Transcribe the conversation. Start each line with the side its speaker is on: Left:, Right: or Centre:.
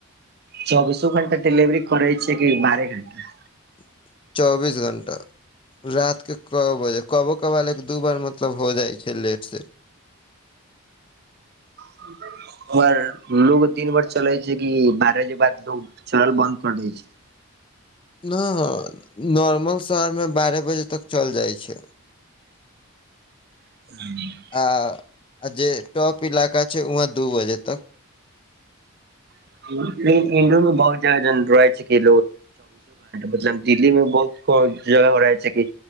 Right: चौबीसो घंटा डिलिवरी करै छियै कि बारहे घंटा
Left: <inaudible> चौबीस घणटा <inaudible> रति केँ कऽ बजे कबो कभाल एक दू बार मतलब हो जाइ छै लेट सेट
Right: <inaudible> पर लोग दिन भर चलै छै कि बारह बजे बाद लोग चलल बन्द कर दै छै
Left: नहि नॉर्मल शहरमे बारह बजे तक चल जाइ छै
Right: <inaudible>
Left: आ <inaudible> जे टॉप इलाका छै वहाँ दू बजे तक <inaudible>
Right: <unintelligible> चौबीसो घंटा मतलब दिल्ली में बहुत जगह म रहै छै की